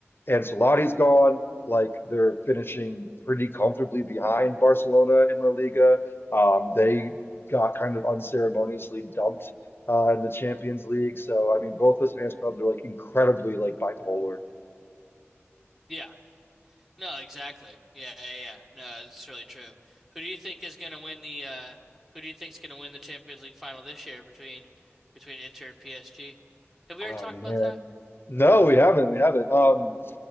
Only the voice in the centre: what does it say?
Yeah. No, exactly. Yeah, yeah, yeah. No, it's really true. Who do you think is going to win the uh who do you think's going to win the Champions League final this year between between Inter and PSG? Have we
already talked
about that?